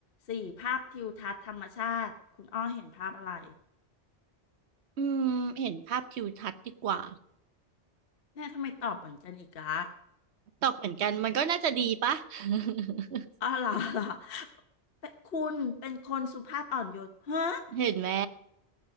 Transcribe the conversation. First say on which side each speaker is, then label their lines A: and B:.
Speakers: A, on the left; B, on the right.
A: สี่ภาพทิวทัศน์ธรรมชาติคุณอ้อเห็นภาพอะไร
B: อืมเห็นภาพทิวทัศน์ดีกว่า
A: เนี่ยทำไมตอบเหมือนกันอีกละ
B: ตอบเหมือนกันมันก็น่าจะดีปะ <laughs>
A: อ๋อเหรอเหรอเป็นคุณเป็นคนสุภาพอ่อนโยนฮะ
B: เห็นไหม